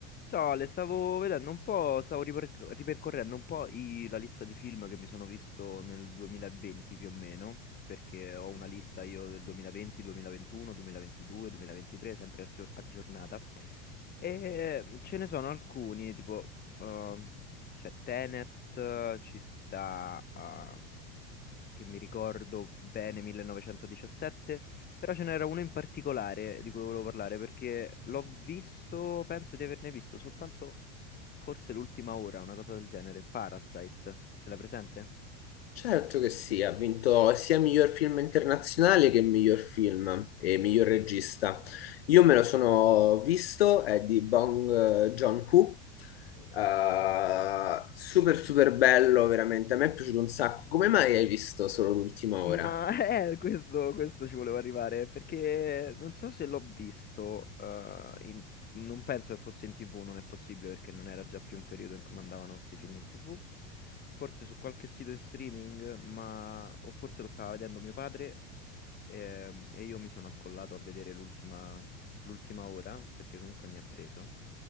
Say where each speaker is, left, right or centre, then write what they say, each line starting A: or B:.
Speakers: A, on the left; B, on the left.
A: Ciao Ale, stavo vedendo un po', stavo riperc- ripercorrendo un po' i- la lista di film che mi sono visto nel 2020 più o meno, perché ho una lista io del 2020, 2021, 2022, 2023, sempre aggio- aggiornata. E mm, ce ne sono alcuni, tipo, ehm, c'è Tenet, ci sta, ehm, che mi ricordo bene 1917, però ce n'era uno in particolare di cui volevo parlare perché l'ho visto, penso di averne visto soltanto forse l'ultima ora, una cosa del genere, Parasite, ce l'hai presente?
B: Certo che sì, ha vinto sia miglior film internazionale che miglior film e miglior regista. Io me lo sono visto, è di Bong eh, Joon-ho, eh, super super bello, veramente, a me è piaciuto un sacco. Come mai hai visto solo l'ultima ora?
A: Ma <laughs> eh, questo, questo ci volevo arrivare perché non so se l'ho visto, eh, in- non penso che fosse in TV, non è possibile perché non era già più un periodo in cui mandavano questi film in TV, forse su qualche sito in streaming, ma o forse lo stava vedendo mio padre ehm, e io mi sono accollato a vedere l'ultima l'ultima ora perché comunque mi ha preso.